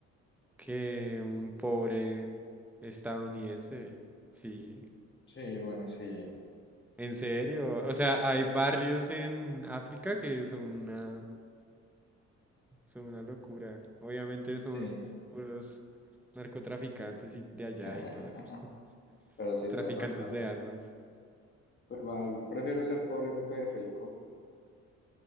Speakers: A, in the centre; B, on the left.
A: que un pobre estadounidense. Sí.
B: Sí, bueno, sí,
A: En serio, o sea, hay barrios en África que son una, son una locura. Obviamente son
B: sí,
A: puros narcotraficantes y de allá
B: <laughs>
A: y todo eso. <laughs>
B: pero sí
A: Traficantes
B: te ha pasado.
A: de armas.
B: Pues igual, prefiero ser pobre en un país rico.